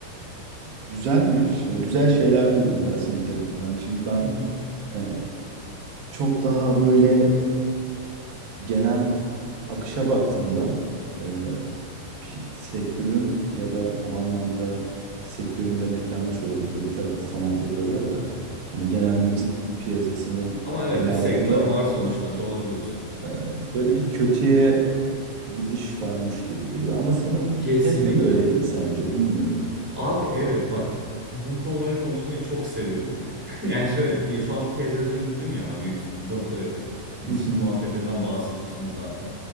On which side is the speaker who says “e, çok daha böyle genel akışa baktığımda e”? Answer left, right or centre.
Right